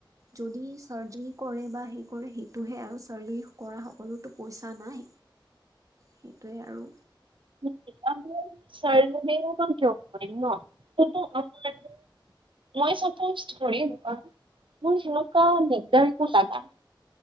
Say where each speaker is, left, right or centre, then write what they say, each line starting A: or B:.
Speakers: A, on the right; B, on the right.
A: যদি চাৰ্জাৰী কৰে বা সেই কৰে সেইটোহে আৰু চাৰ্জাৰী কৰা সকলোতো পইচা নাই সেইটোৱে আৰু।
B: <inaudible> আমি চাৰজাৰিয়ে কিয় কৰিম ন। <unintelligible> মই চাপোজ ধৰিম মোৰ হেনেকা দিগদাৰ একো লাগা